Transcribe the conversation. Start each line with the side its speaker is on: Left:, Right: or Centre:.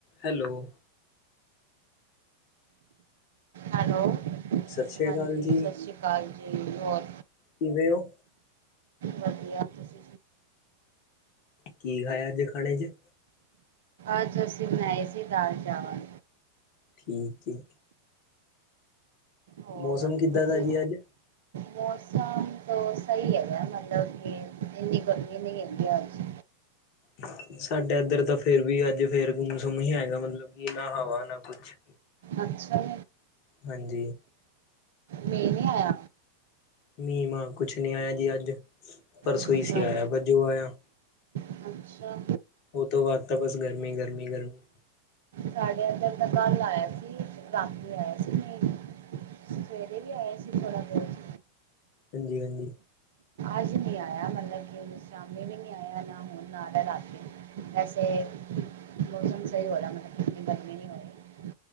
Left: Hello
Right: hello
Left: ਸਤਿ ਸ੍ਰੀ
Right: ਹਾਂਜੀ
Left: ਅਕਾਲ ਜੀ,
Right: ਸਸ ਸ੍ਰੀ ਕਾਲ ਜੀ, ਹੋਰ
Left: ਕਿਵੇਂ ਹੋ?
Right: ਵਧੀਆ ਤੁਸੀ
Left: ਕੀ ਖਾਇਆ ਅੱਜ ਖਾਣੇ ਚ?
Right: ਅੱਜ ਅਸੀ ਬਨਾਏ ਸੀ ਦਾਲ ਚਾਵਲ।
Left: ਠੀਕ ਜੀ।
Right: ਹੋਰ
Left: ਮੌਸਮ ਕਿੱਦਾਂ
Right: ਤੁਸੀਂ
Left: ਦਾ ਹੈ ਜੀ ਅੱਜ?
Right: ਮੌਸਮ ਤਾਂ ਸਹੀ ਹੈਗਾ ਮਤਲਬ ਕਿ ਇੰਨੀ ਗਰਮੀ ਨੀ ਹੈਗੀ ਅੱਜ।
Left: ਹੂੰ! ਸਾਡੇ ਇੱਧਰ ਤਾਂ ਫੇਰ ਵੀ ਅੱਜ ਫੇਰ ਵੀ ਮੌਸਮ ਇਵੇਂ ਹੀ ਹੈਗਾ ਮਤਲਬ ਕੀ ਨਾ ਹਵਾ ਨਾ ਕੁਛ।
Right: ਅੱਛਾ
Left: ਹਾਂਜੀ
Right: ਮੀ ਨੀ ਆਇਆ।
Left: ਮੀ ਮਾਂ ਕੁਝ ਨੀ ਆਇਆ ਜੀ ਅੱਜ ਪਰਸੋਂ
Right: ਅੱਛਾ
Left: ਹੀ ਸੀ ਆਯਾ ਜੋ ਆਯਾ।
Right: ਅੱਛਾ
Left: ਉਸ ਤੋਂ ਬਾਦ ਤਾ ਬਸ ਗਰਮੀ-ਗਰਮੀ, ਗਰਮੀ।
Right: ਸਾਡੇ ਇੱਧਰ ਤਾਂ ਕੱਲ੍ਹ ਆਯਾ ਸੀ ਰਾਤੀ ਆਇਆ ਸੀ ਮੀਂਹ। ਸਵੇਰੇ ਵੀ ਥੋੜ੍ਹਾ ਜਿਹਾ।
Left: ਹਾਂਜੀ-ਹਾਂਜੀ
Right: ਅੱਜ ਨੀ ਆਯਾ ਮਤਲਬ ਕੀ ਸ਼ਾਮੀ ਵੀ ਨਹੀਂ ਆਇਆ ਨਾ ਹੁਣ ਆ ਰਿਹਾ ਰਾਤੀ ਵੈਸੇ ਮੌਸਮ ਸਹੀ ਹੋ ਰਹਾ ਮਤਲਬ ਕਿ ਇੰਨੀ ਗਰਮੀ ਨਈ ਹੋਈ।